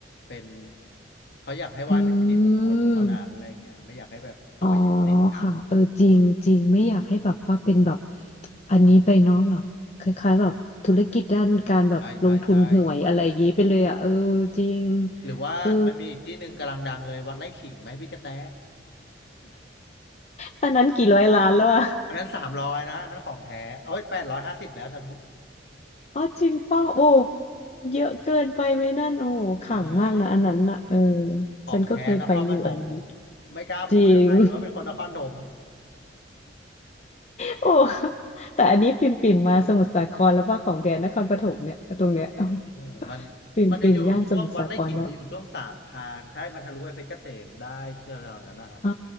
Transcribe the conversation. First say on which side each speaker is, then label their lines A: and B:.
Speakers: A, on the left; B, on the left.
A: เป็นเขาอยากให้ไหว้เป็นสิริมงคลเท่านั้นอะไรอย่างเงี้ยไม่อยากให้แบบเอามายึดติดกัน
B: อืม อ๋อค่ะเออจริงจริงไม่อยากให้แบบว่าเป็นแบบอันนี้ไปเนาะแบบคล้ายๆแบบธุรกิจด้านการแบบลงทุนหวยอะไรอย่างนี้ไปเลยอ่ะเออจริง
A: ใช่ใช่ใช่ หรือว่ามันมีอีกที่หนึ่งกำลังดังเลยวัดไร่ขิงไหมพี่กระแต
B: เออตอนนั้นกี่ร้อยล้านแล้วอะ
A: อันนั้นสามร้อยนะอันนั้นของแท้โอ้ยแปดร้อยห้าสิบแล้วทะลุ
B: อ๋อจริงป่ะโอ้เยอะเกินไปไหมนั่นโอ้ขลังมากนะอันนั้นน่ะเออ
A: ใช่ของแท้นครปฐม
B: ฉันก็เคยไปอยู่อันนั้น
A: ไม่กล้าพูดกับใครเลยว่าเป็นคนนครปฐม
B: จริง โอ้ <laughs> แต่อันนี้ปิ่มปิ่มมาสมุทรสาครแล้วว่าของแดนนครปฐมเนี่ยตรงเนี้ย
A: เออมัน
B: <laughs> ปิ่มปิ่มย่านสมุทรสาครแล้ว
A: มันจะอยู่ช่วงวัดไร่ขิงจะอยู่ช่วงสามพรานใช่มันทะลุไปเพชรเกษมได้เชื่อเรานั้นนะครับ
B: อ่า